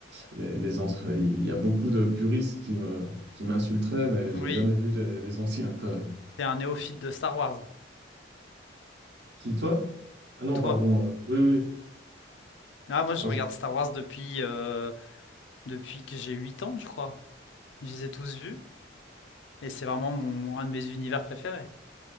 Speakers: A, on the right; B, on the left.
A: les, les anciens- il y a beaucoup de puristes qui me, qui m'insulteraient, mais
B: Oui,
A: j'ai jamais vu les, les anciens, quoi.
B: t'es un néophyte de Star Wars.
A: Qui, toi? Ah non,
B: Toi.
A: pardon. euh, oui, oui.
B: Ah, moi je
A: Parce,
B: regarde Star Wars depuis, euh, depuis que j'ai 8 ans, je crois. Je les ai tous vus et c'est vraiment mon, un de mes univers préférés.